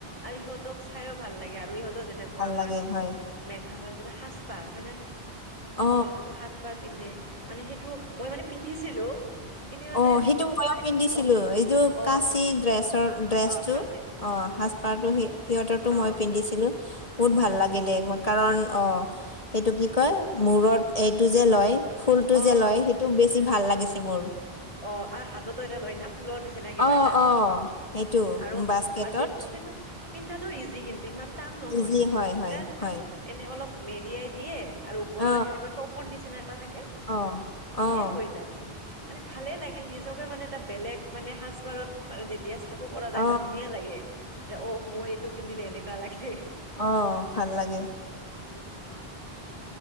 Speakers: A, on the right; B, on the left.
A: আৰু ইহঁতক চাইও ভাল লাগে আৰু ইহঁতো যেনেকুৱা
B: ভাল
A: আমাৰ
B: লাগে হয়
A: মেঘালয়ৰ যিটো সাজপাৰ হয় ন
B: অ
A: ইহতৰ যিটো সাজ বাৰ পিন্ধে মানে সেইটো মই মানে পিন্ধিছিলো পিন্ধি মানে
B: অ সেইটো ময়ো
A: মানে
B: পিন্ধিছিলো
A: অ
B: এইটো
A: অ
B: কাচি ড্ৰেছৰ ড্ৰেছটো
A: অ খাচীটো
B: অ
A: উম
B: সাজপাৰতো
A: উম
B: সি সিহঁতৰতো
A: অ
B: মই পিন্ধিছো লো বহুত
A: অ
B: ভাল লাগিলে কাৰণ অ সেইটো কি কয় মুৰত এইটো যে লয় ফুলটো
A: অ
B: যে লয়
A: অ
B: সেইটো বেছি
A: উম
B: ভাল লাগিছে মোৰ
A: অ আৰু হাততো এটা লয় না ফুলৰ নিচিনা না কিবা
B: অ
A: এটা
B: অ সেইটো
A: আৰু
B: বাস্কেটত
A: ড্ৰেছটো কিন্তু পিন্ধাটো ইজি কিন্তু ইমান টান নহয়
B: ইজি
A: <unintelligible>
B: হয় হয় হয়
A: এনে অলপ মেৰিয়াই দিয়ে আৰু ওপৰৰ
B: অ
A: সেনেকুৱা টপৰ নিচিনা এটা থাকে
B: অ
A: পিন্ধে
B: আহ্।
A: হৈ যায় মানে ভালে লাগিল নিজকে মানে এটা বেলেগ মানে সাজ পাৰৰ মানে এতিয়া চাব পৰা
B: অ
A: যায় ন ধুনীয়া লাগে যে অ মই এইটো পিন্ধিলে এনেকুৱা লাগে।
B: অ ভাল লাগে।
A: উম উম।